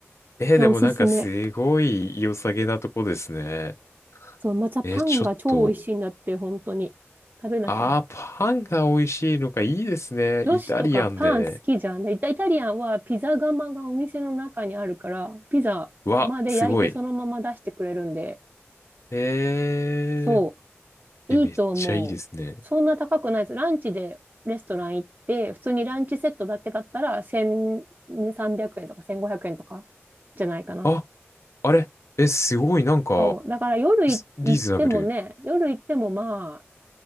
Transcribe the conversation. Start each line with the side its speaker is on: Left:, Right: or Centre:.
Left: えでもなんかすごい良さげなとこですね。
Right: で、おすすめ。そう、またパンが超美味しいんだって、
Left: えちょっと。
Right: 本当に。食べなきゃ。
Left: ああ、パンが美味しいのか、いいですね。
Right: 女子とかパン好きじゃん。
Left: イタリアンで。
Right: でイタイタリアンはピザ窯がお店の中にあるから、ピザ窯で焼いてそのまま出してくれるんで、
Left: うわ、すごい。え
Right: そう、
Left: ー、
Right: いいと思う。
Left: え、めっちゃいいですね。
Right: そんな高くないです。ランチでレストラン行って、普通にランチセットだけだったら1300円とか1500円とかじゃないかな。
Left: あ、あれえ、すごい、なんか、
Right: そう、だから夜い行ってもね、
Left: スリーズナブル。
Right: 夜行ってもまあ、